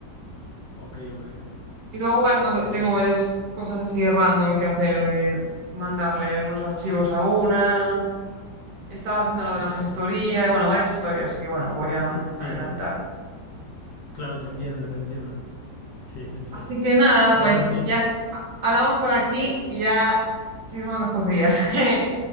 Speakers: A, on the left; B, on the right.
A: Ok, ok.
B: Y luego,
A: Ok,
B: bueno, to-
A: genial.
B: tengo varias cosas así random que hacer de mandarle unos archivos a una. Estaba haciendo lo
A: Ok.
B: de la gestoría y bueno, varias historias. Y bueno, voy a
A: Sí,
B: adelantar.
A: claro, te entiendo, te entiendo. Sí, sí, sí.
B: Así que nada,
A: A
B: pues
A: ver si.
B: ya es- hablamos por aquí y ya seguimos nuestros días. <laughs>